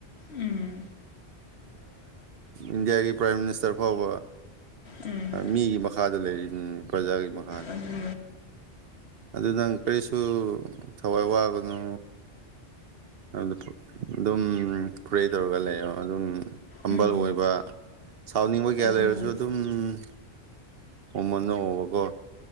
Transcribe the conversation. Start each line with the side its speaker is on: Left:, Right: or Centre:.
Left: ꯎꯝ
Right: ꯏꯟꯗꯤꯌꯥꯒꯤ ꯄ꯭ꯔꯥꯏꯝ ꯃꯤꯅꯤꯁꯇꯔ ꯐꯥꯎꯕ
Left: ꯎꯝ
Right: ꯃꯤꯒꯤ ꯃꯈꯥ ꯃꯈꯥꯗ ꯂꯩꯔꯤꯕꯔꯤꯅꯤꯅꯦ ꯄ꯭ꯔꯖꯥꯒꯤ ꯃꯈꯥ
Left: ꯑꯗꯨ
Right: ꯑꯗꯨ ꯅꯪ ꯀꯔꯤꯁꯨ ꯊꯋꯥꯏ ꯋꯥꯒꯅꯣ ꯑꯗꯨ ꯑꯗꯨꯝ ꯄ꯭ꯔꯦ ꯇꯧꯔꯒ ꯂꯩꯔꯣ ꯑꯗꯨꯝ ꯍꯝꯕꯜ
Left: ꯎꯝ
Right: ꯑꯣꯏꯕ ꯁꯥꯎꯅꯤꯡꯕ ꯀꯌꯥ
Left: ꯑꯗꯨꯅꯦ
Right: ꯂꯩꯔꯁꯨ ꯑꯗꯨꯝ ꯎꯝ ꯃꯃꯟ ꯅꯑꯣꯕꯀꯣ